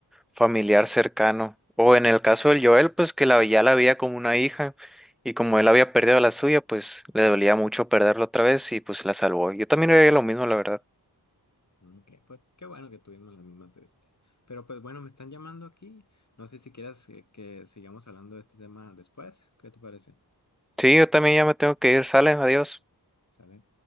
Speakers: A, in the centre; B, on the left.
A: familiar cercano. O en el caso del Joel, pues que la, ya la veía como una hija y como él había perdido a la suya, pues le dolía mucho perderlo otra vez y pues la salvó. Yo también haría lo mismo, la verdad.
B: Ok, pues qué bueno que tuvimos las mismas de estas. Pero pues bueno, me están llamando aquí. No sé si quieras eh, que sigamos hablando de este tema después. ¿Qué te parece?
A: Sí, yo también ya me tengo que ir. Sale, adiós.
B: ¿Sale?